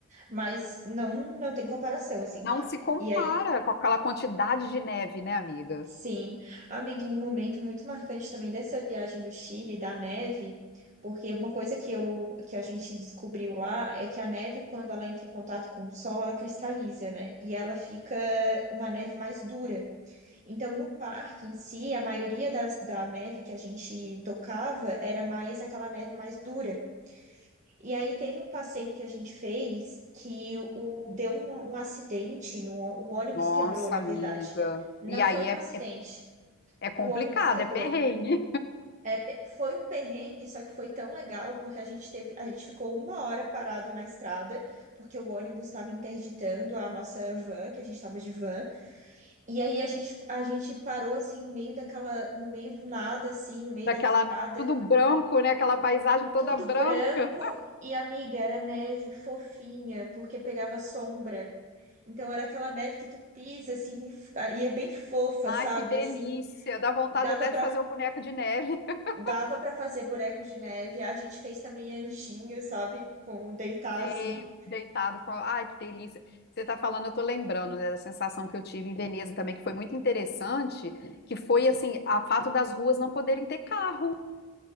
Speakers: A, on the right; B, on the left.
A: Mas não, não tem comparação, assim.
B: Não
A: com a-
B: se compara
A: E aí
B: com aquela quantidade de neve, né, amiga?
A: Sim, amiga, e um momento muito marcante também dessa viagem do Chile, da neve, porque uma coisa que eu, que a gente descobriu lá é que a neve, quando ela entra em contato com o sol, ela cristaliza, né? E ela fica uma neve mais dura. Então, no parque em si, a maioria das, da neve que a gente tocava era mais aquela neve mais dura. E aí teve um passeio que a gente fez que o, deu um, um acidente, no, o ônibus
B: Nossa,
A: quebrou, na
B: amiga.
A: verdade. Não
B: E aí
A: foi um
B: é,
A: acidente
B: é complicado,
A: o ônibus quebrou.
B: é perrengue.
A: É, pe- foi um perrengue, só que foi tão legal, porque a gente teve, a gente ficou uma hora parado na estrada, porque o ônibus estava interditando a nossa van, que a gente estava de van, e aí a gente, a gente parou assim no meio daquela, no meio do nada, assim,
B: <laughs>
A: no meio
B: Daquela,
A: da estrada,
B: tudo branco, né? Aquela paisagem toda
A: tudo
B: branca.
A: branco, e amiga, era neve fofinha, porque pegava sombra. Então era aquela neve que tu pisa, assim, e f- e é bem fofa,
B: Ai,
A: sabe?
B: que delícia.
A: Assim,
B: Dá vontade
A: que dava
B: até
A: para
B: de fazer o boneco de neve. <laughs>
A: Dava pra fazer bonecos de neve. A gente fez também anjinho, sabe? Com deitar
B: Sei,
A: assim.
B: deitado com. a- Ai, que delícia. Você está falando, eu estou lembrando, né, da sensação que eu tive em Veneza também, que foi muito interessante, que foi assim, a fato das ruas não poderem ter carro.